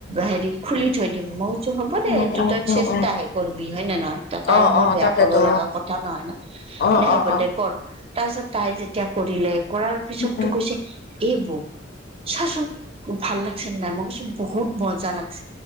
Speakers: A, on the right; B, on the left.
A: হেৰি খুলি থৈ দিম, মই কৈছোঁ হ'ব। সেইটো
B: উম উম
A: তই
B: উম
A: চেষ্টাহে
B: উম
A: কৰবি হয় নে নহয় তাতে
B: অ
A: আৰু মই
B: অ
A: বেয়া
B: তাকেতো
A: পাব লগা কথা নহয় ন।
B: অ অ
A: দে হব
B: অ অ
A: দে কৰ তাৰপিছত তাই যেতিয়া কৰিলে কৰাৰ পিছতটো
B: উম
A: কৈছে, এ বৌ চাচোন ভাল লাগছে নে নাই মই কছোঁ বহুত মজা লাগছে।